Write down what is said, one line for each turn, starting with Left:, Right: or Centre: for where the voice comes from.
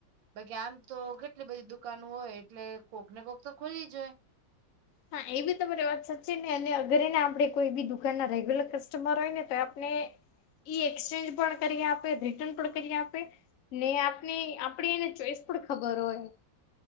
Right: બાકી આમ તો કેટલી બધી દુકાનો હોય એટલે કોક ને કોક તો ખુલી જ હોય.
Left: હા એ બી તમારી વાત સાચી છે ને અને અગરેને આપડે કોઈ બી દુકાન ના રેગ્યુલર કસ્ટમર હોય ને તો આપને ઈ એક્સચેન્જ પણ કરી આપે રિટર્ન પણ કરી આપે ને આપની આપડી એને ચોઈસ પણ ખબર હોય